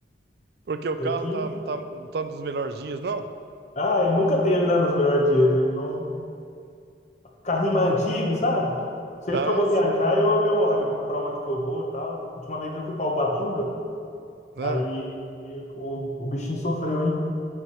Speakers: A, on the right; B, on the left.
A: porque o carro
B: tem que
A: tá,
B: ir.
A: não tá, não tá nos melhores dias, não?
B: Ah, ele nunca teve, né, nos melhores dias. Ele não. carrinho mais antigo, sabe? Sempre
A: Ah,
B: que eu vou
A: sim,
B: viajar, eu, eu olho pra onde que eu vou e tal. Última vez eu fui pra Ubatuba,
A: né?
B: aí e o, o bichinho sofreu, hein?